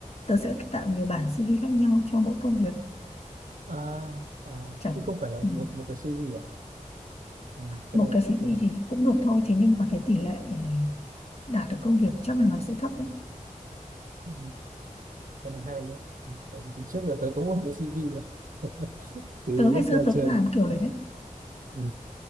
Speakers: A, on the left; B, on the right.
A: tớ sẽ tạo nhiều bản CV khác nhau cho mỗi công việc
B: à, à
A: chẳng
B: chứ không phải là một
A: ừ,
B: một cái CV à, à cái
A: một
B: này
A: cái CV
B: cái này
A: thì cũng được thôi thế nhưng mà cái tỷ lệ đạt được công việc chắc là nó sẽ thấp đấy
B: ừ, cái này hay nhá Ừ, tại vì từ trước giờ tớ cũng có một cái CV mà <laughs> từ
A: tớ
B: lúc
A: ngày xưa
B: ra
A: tớ
B: trường
A: cũng làm kiểu đấy đấy
B: ừ.